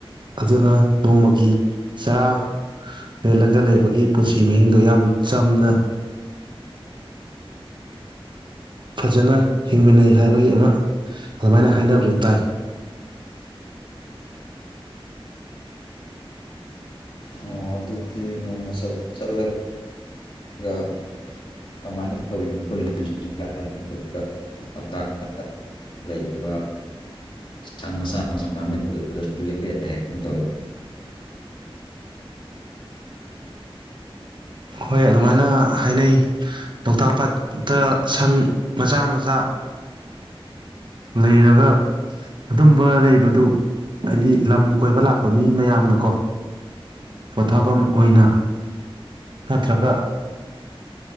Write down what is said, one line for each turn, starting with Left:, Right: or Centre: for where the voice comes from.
Right: ꯑꯗꯨꯅ ꯅꯣꯡꯃꯒꯤ ꯆꯔꯥ ꯂꯦꯜꯂꯒ ꯂꯩꯕꯒꯤ ꯄꯨꯟꯁꯤ ꯃꯍꯤꯡꯗꯣ ꯌꯥꯝ ꯆꯝꯅ ꯐꯖꯅ ꯍꯤꯡꯃꯤꯟꯅꯩ ꯍꯥꯏꯕꯒꯤ ꯑꯃ ꯑꯗꯨꯃꯥꯏꯅ ꯍꯥꯏꯅꯕꯁꯨ ꯇꯥꯏ
Left: ꯑꯣ ꯑꯗꯨꯗꯤ ꯅꯣꯡꯃ ꯆꯠꯂꯒ ꯀꯃꯥꯏꯅ ꯇꯧꯤꯅꯣ ꯈꯣꯠꯂꯤꯅꯣꯔꯦ ꯑꯗꯨꯒ ꯂꯣꯛꯇꯥꯛ ꯂꯩꯔꯤꯕ ꯁꯪ ꯃꯆꯥ ꯃꯆꯥ ꯃꯌꯥꯝ ꯂꯩꯕ ꯑꯗꯨꯗꯁꯨ ꯂꯞꯄ ꯌꯥꯏ ꯍꯥꯏ ꯇꯧꯋꯤ
Right: ꯍꯣꯏ ꯑꯗꯨꯃꯥꯏꯅ ꯍꯥꯏꯅꯩ ꯂꯣꯛꯇꯥꯛ ꯄꯥꯠꯇ ꯁꯪ ꯃꯆꯥ ꯃꯆꯥ ꯂꯩꯔꯒ ꯑꯗꯨꯝꯕ ꯂꯩꯕꯗꯨ ꯍꯥꯏꯗꯤ ꯂꯝ ꯀꯣꯏꯕ ꯂꯥꯛꯄ ꯃꯤ ꯃꯌꯥꯝꯅꯀꯣ ꯄꯣꯊꯥꯐꯝ ꯑꯣꯏꯅ ꯅꯠꯇ꯭ꯔꯒ